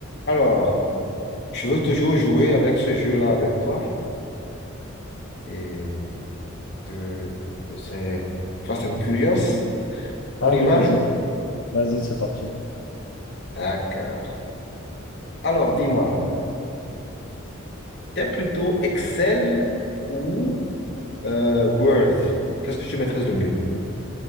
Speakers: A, on the left; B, on the left.
A: Alors, je veux toujours jouer avec ce jeu-là avec toi. Et de, c'est Fast and Curious. On
B: Allez,
A: y va?
B: vas-y, vas-y, c'est parti.
A: D'accord. Alors, dis-moi, t'es plutôt Excel ou euh, Word? Qu'est-ce que tu maîtrises le mieux?